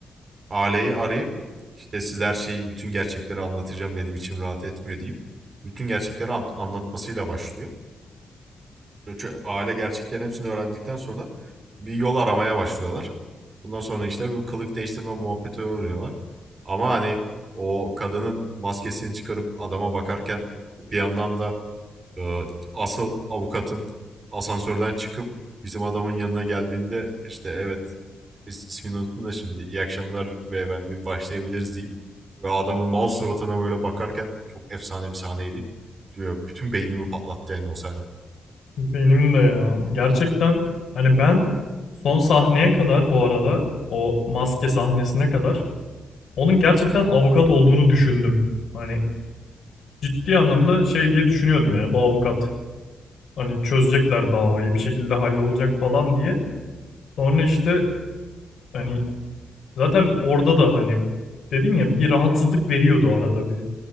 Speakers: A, on the right; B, on the left.
A: Aileyi arayıp işte siz her şeyi bütün gerçekleri anlatacağım benim içim rahat etmiyor deyip bütün gerçekleri an- anlatmasıyla başlıyor. Çö- Aile gerçeklerin hepsini öğrendikten sonra bir yol aramaya başlıyorlar. Bundan sonra işte bu kılık değiştirme muhabbeti öğreniyorlar. Ama hani o kadının maskesini çıkarıp adama bakarken bir yandan da e, asıl avukatın asansörden çıkıp bizim adamın yanına geldiğinde işte evet is- ismini unuttum da şimdi iyi akşamlar beyefendi başlayabiliriz deyip ve adamın mal suratına böyle bakarken çok efsane bir sahneydi. Diyor, bütün beynimi patlattı yani o sahne.
B: Benim de ya. Gerçekten hani ben son sahneye kadar bu arada o maske sahnesine kadar onun gerçekten avukat olduğunu düşündüm. Hani ciddi anlamda şey diye düşünüyordum yani bu avukat hani çözecekler davayı bir şekilde hallolacak falan diye. Sonra işte hani Zaten orada da hani dedin ya bir rahatsızlık veriyordu arada bir.